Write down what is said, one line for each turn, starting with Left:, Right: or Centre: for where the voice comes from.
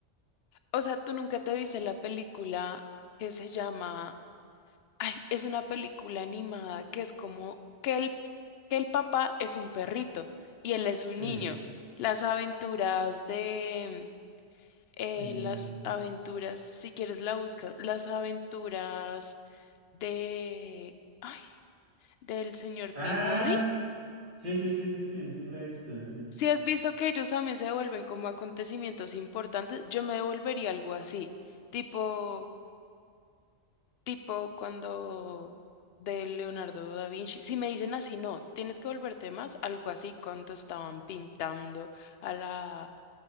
Left: O sea, tú nunca te viste la película que se llama, ay, es una película animada que es como que el, que el papá es un perrito y él es un
Right: sí.
Left: niño. Las aventuras de, eh,
Right: eh,
Left: las aventuras, si quieres la buscas, las aventuras de, ay, del señor
Right: Ah,
Left: Peabody.
Right: sí, sí, sí, sí, sí, sí, la he visto, sí.
Left: Si has visto que ellos también se vuelven como acontecimientos importantes, yo me devolvería algo así, tipo... Tipo cuando de Leonardo da Vinci, si me dicen así, no, tienes que volverte más, algo así cuando estaban pintando a la,